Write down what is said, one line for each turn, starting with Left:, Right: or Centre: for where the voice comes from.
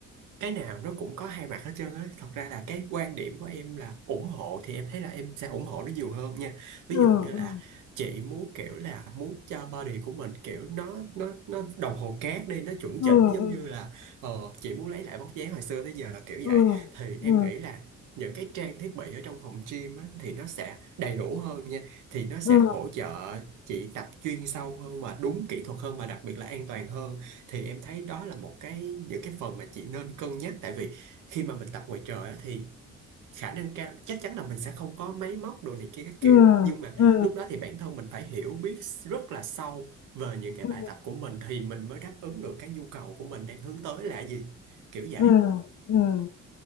Right: cái nào nó cũng có hai mặt hết trơn á thật ra là cái quan điểm của em là ủng hộ thì em thấy là em sẽ ủng hộ nó nhiều hơn nha ví
Left: Ừ
Right: dụ như
Left: ừ.
Right: là chị muốn kiểu là muốn cho body của mình kiểu nó nó nó đồng hồ cát đi nó chuẩn
Left: Ừ,
Right: chỉnh giống
Left: ừ.
Right: như là ờ, chị muốn lấy lại vóc dáng hồi xưa tới giờ kiểu
Left: ừ
Right: vậy thì em
Left: ừ
Right: nghĩ là những cái trang thiết bị ở trong phòng gym á, thì nó sẽ đầy đủ hơn nha thì nó sẽ
Left: ừ
Right: hỗ trợ chị tập chuyên sâu hơn và đúng kỹ thuật hơn và đặc biệt là an toàn hơn thì em thấy đó là một cái những cái phần mà chị nên cân nhắc tại vì khi mà mình tập ngoài trời á, thì khả năng cao chắc chắn là mình sẽ không có máy móc đồ này kia các
Left: ừ
Right: kiểu nhưng mà
Left: ừ
Right: lúc đó thì bản thân mình phải hiểu biết rất là sâu về những cái
Left: ừ
Right: bài tập của mình thì mình mới đáp ứng được cái nhu cầu của mình đang hướng tới là gì kiểu vậy
Left: ừ ừm.